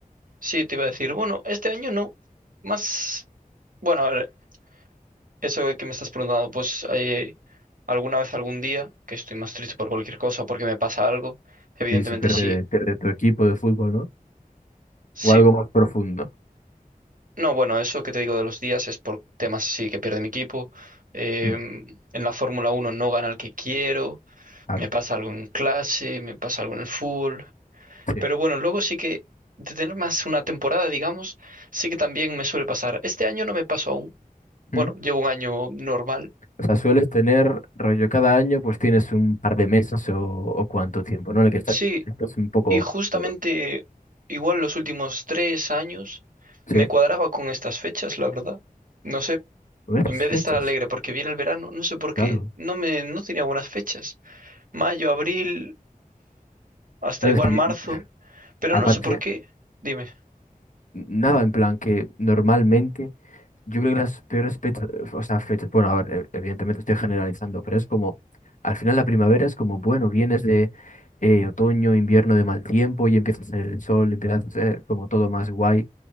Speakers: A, on the right (about 65°); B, on the left (about 60°).
A: Sí, te iba a decir, bueno, este año no. Más, bueno, a ver, eso que me estás preguntando, pues eh, alguna vez, algún día, que estoy más triste por cualquier cosa, porque me pasa algo, evidentemente
B: Si, si pierde,
A: sí,
B: pierde tu equipo de fútbol, ¿no?
A: sí.
B: O algo más profundo.
A: No, bueno, eso que te digo de los días es por temas así que pierde mi equipo. eh,
B: Mm,
A: en la Fórmula Uno no gana el que quiero,
B: claro,
A: me pasa algo en clase, me pasa algo en el fútbol.
B: sí.
A: Pero bueno, luego sí que de tener más una temporada, digamos, sí que también me suele pasar. Este año no me pasó aún. Bueno,
B: Mm.
A: llevo un año normal.
B: O sea, sueles tener rollo cada año, pues tienes un par de meses o, o cuánto tiempo, ¿no? En el que estás,
A: Sí,
B: estás un poco
A: y justamente
B: peor.
A: igual los últimos tres años
B: Sí,
A: me cuadraba con estas fechas, la verdad. No sé,
B: con estas
A: en vez
B: fechas,
A: de estar alegre porque viene el verano, no sé por qué,
B: claro.
A: no me, no tenía buenas fechas. Mayo, abril, hasta
B: Claro,
A: igual
B: es que
A: marzo,
B: yo-
A: pero
B: aparte,
A: no sé por qué. Dime.
B: nada en plan que normalmente. Yo creo que las peores fechas, o sea, fechas, bueno, a ver, e- evidentemente estoy generalizando, pero es como, al final la primavera es como, bueno, vienes de eh, otoño, invierno de mal tiempo y empieza a salir el sol, empieza a ser como todo más guay,